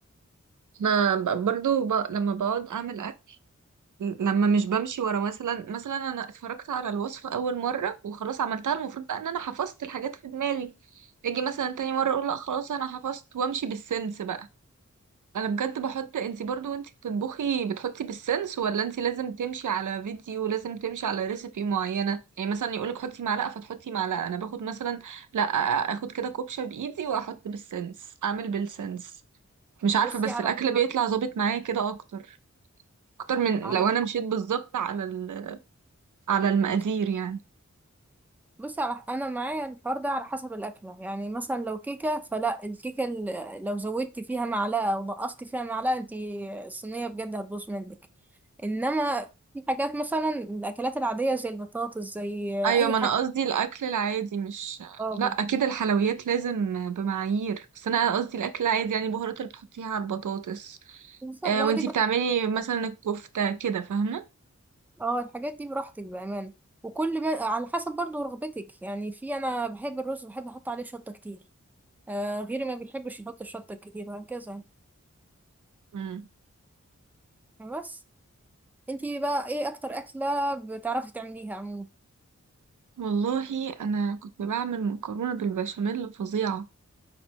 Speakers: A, on the right; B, in the centre.
A: انا ب- برضو ب... لما بقعد اعمل اكل لما مش بمشي ورا مثلا مثلا انا اتفرجت على الوصفه اول مره وخلاص عملتها المفروض بقى ان انا حفظت الحاجات في دماغي اجي مثلا تاني مره اقول لا خلاص انا حفظت وامشي بالسنس بقى انا بجد بحط انتي برضو وانتي بتطبخي بتحطي بالسنس ولا انتي لازم تمشي على فيديو ولازم تمشي على ريسيبي معينة يعني مثلا يقولك حطي معلقة فتحطي معلقة انا باخد مثلا لا اخد كده كوبشة بايدي واحط بالسنس اعمل بالسنس مش عارفة
B: بصي
A: بس
B: على
A: الاكل بيطلع ظابط معايا كده اكتر اكتر من
B: على
A: لو انا مشيت بالظبط على ال... على المقادير
B: حسب
A: يعني
B: بصي على انا معايا الحوار ده على حسب الاكله يعني مثلا لو كيكه فلا الكيكه ال- لو زودتي فيها معلقه او نقصتي فيها معلقه انت الصينيه بجد هتبوظ منك انما في حاجات مثلا الاكلات العاديه زي البطاطس زي
A: ايوه
B: اي
A: ما
B: حاجه
A: انا قصدي الاكل العادي مش
B: اه
A: لا اكيد الحلويات لازم بمعايير بس انا قصدي الاكل العادي يعني البهارات اللي بتحطيها على البطاطس
B: المكسوسه
A: آه
B: لا
A: وانتي
B: دي براحتك
A: بتعملي مثلا الكفتة كده فاهمة
B: اه الحاجات دي براحتك بامانه وكل ما على حسب برضو رغبتك يعني في انا بحب الرز بحب احط عليه شطه كتير آه غيري ما بيحبش يحط الشطه الكتير وهكذا
A: مم.
B: يعني بس انتي بقى ايه اكتر اكلة بتعرفي تعمليها عموما
A: والله انا كنت بعمل مكرونة بالبشاميل فظيعة